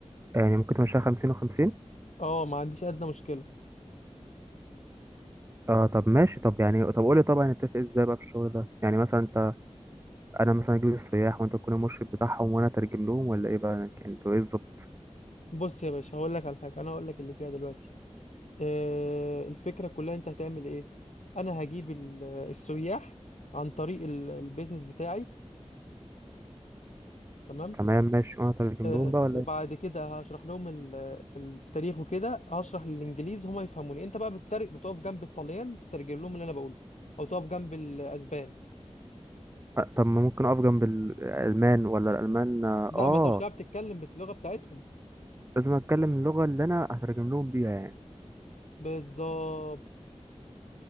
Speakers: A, on the right (about 25°); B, on the left (about 85°).
A: يعني ممكن تمشيها خمسين وخمسين
B: اه ما عنديش ادنى مشكله
A: اه طب ماشي طب يعني طب قولي طبعا نتفق ازاي بقى في الشغل ده يعني مثلا انت انا مثلا اجيب السياح وانت تكون المرشد بتاعهم وانا اترجم لهم ولا ايه بقى يعني انتوا ايه الظبط
B: بص يا باشا هقول لك على حاجه انا هقول لك اللي فيها دلوقتي آه، الفكرة كلها انت هتعمل ايه انا هجيب ال- السياح عن طريق ال- البيزنس بتاعي تمام
A: تمام ماشي وانا اترجم
B: آه،
A: لهم بقى ولا
B: وبعد كده هشرح لهم ال- التاريخ وكده هشرح للانجليز هما يفهموني انت بقى بتترج بتقف جنب الطليان تترجم لهم اللي انا بقوله او تقف جنب الاسبان
A: أه، طب ما ممكن اقف جنب الالمان ولا الالمان اه
B: لا
A: آه،
B: ما انت مش هتعرف تتكلم باللغة بتاعتهم
A: لازم اتكلم اللغه اللي انا هترجم لهم بيها يعني
B: بالظبط